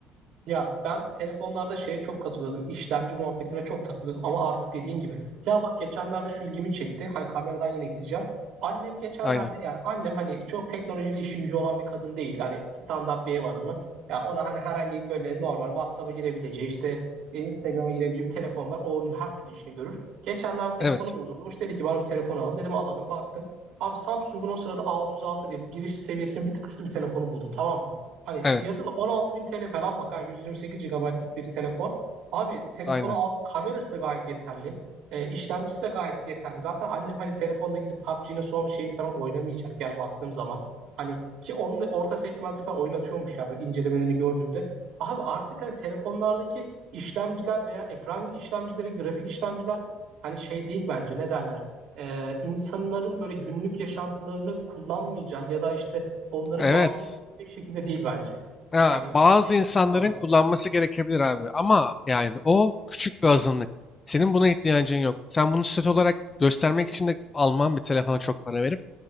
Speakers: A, on the right (about 55°); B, on the left (about 15°).
A: Ya ben telefonlarda şeye çok katılıyordum. İşlemci muhabbetine çok takılıyordum ama artık dediğin gibi. Ya bak geçenlerde şu ilgimi çekti. Hani kameradan yine gideceğim. Annem geçenlerde
B: Aynen.
A: yani annem hani çok teknolojiyle işi gücü olan bir kadın değil. Hani standart bir ev hanımı. Ya ona hani herhangi böyle normal WhatsApp'a girebileceği işte e, Instagram'a girebileceği bir telefon var. O onun her türlü işini görür. Geçenlerde telefonu
B: Evet.
A: bozulmuş. Dedi ki bana bir telefon alın. Dedim alalım baktım. Abi Samsung'un o sırada A36 diye bu giriş seviyesinin bir tık üstü bir telefonu buldum tamam mı? Hani
B: Evet.
A: fiyatı da 16.000 TL falan bak ha 128 GB'lık bir telefon. Abi telefonu
B: Aynen.
A: aldım kamerası da gayet yeterli. Ee, işlemcisi de gayet yeterli. Zaten annem hani telefonda gidip PUBG'nin son şeyini falan oynamayacak yani baktığım zaman. Hani ki onun da orta segmenti falan oynatıyormuş yani incelemelerini gördüğümde. Abi artık hani telefonlardaki işlemciler veya ekran işlemcileri, grafik işlemciler hani şey değil bence ne derler. Ee, insanların böyle günlük yaşantılarını kullanmayacak ya da işte onları
B: Evet.
A: mağdur bir şekilde değil bence.
B: Ha,
A: Hani
B: bazı
A: kesinlikle
B: insanların
A: sağlam.
B: kullanması gerekebilir abi ama yani o küçük bir azınlık. Senin buna ihtiyacın yok. Sen bunu statü olarak göstermek için de alman bir telefona çok para verip.